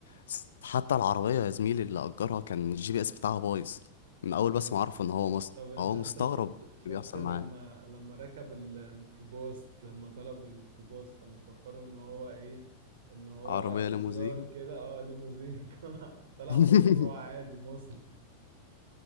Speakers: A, on the left; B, on the right.
A: س- حتى العربية يا زميلي اللي أجرها كان الجي بي اس بتاعها بايظ من أول
B: اه
A: بس ما عرفوا إن هو مصري
B: طب انت
A: فهو
B: انت
A: مستغرب
B: شفت شفت
A: اللي بيحصل
B: لما
A: معاه
B: لما ركب الميكروباص لما طلب الميكروباص كان مفكره ان هو ايه ان هو
A: عربية ليموزين
B: زرار كده اه ليموزين <laughs> طلع طلع
A: <laughs>
B: مشروع عادي مصري